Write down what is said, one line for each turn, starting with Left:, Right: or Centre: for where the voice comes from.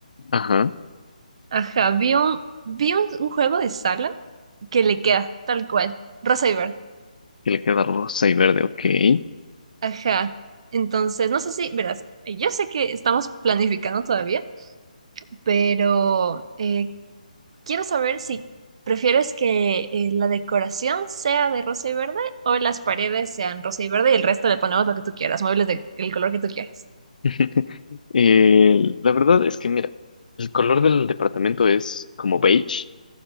Left: Ajá,
Right: Ajá, vi un, vi un, un juego de sala que le queda tal cual, rosa y verde.
Left: que le queda rosa y verde, ok.
Right: Ajá. Entonces, no sé si, verás, eh, yo sé que estamos planificando todavía, pero eh, quiero saber si prefieres que eh, la decoración sea de rosa y verde o las paredes sean rosa y verde y el resto le ponemos lo que tú quieras, muebles de- del color que tú quieras.
Left: <laughs> Eh, la verdad es que, mira, el color del departamento es como beige